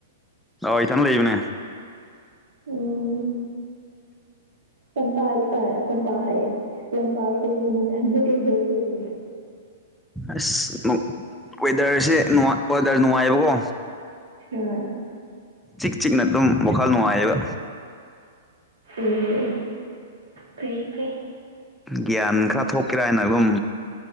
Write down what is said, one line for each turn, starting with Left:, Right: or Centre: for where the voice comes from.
Centre: ꯑꯧ ꯏꯊꯟ ꯂꯩꯕꯅꯦ
Right: ꯎꯝ ꯇꯝꯄꯥꯛ ꯑ ꯇꯝꯄꯥꯛ ꯍꯥꯏꯌꯦ ꯂꯝꯄꯥꯛꯇꯨꯕꯨꯒꯤ ꯅꯊꯟꯗ ꯀꯩꯗꯧꯔ ꯂꯩꯔꯤꯅꯦ
Centre: ꯑꯁ ꯅꯨꯡ ꯋꯦꯗꯔꯁꯦ ꯅꯨꯉꯥꯏ ꯋꯦꯗꯔ ꯅꯨꯡꯉꯥꯏꯕꯀꯣ
Right: ꯎꯝ
Centre: ꯆꯤꯛ ꯆꯤꯛꯅ ꯑꯗꯨꯝ ꯋꯥꯈꯜ ꯅꯨꯡꯉꯥꯏꯌꯦꯕ
Right: ꯎꯝ ꯐꯩ ꯐꯩ
Centre: ꯒ꯭ꯌꯥꯟ ꯈꯔ ꯊꯣꯛꯀꯦꯔꯥ ꯍꯥꯏꯅ ꯑꯗꯨꯝ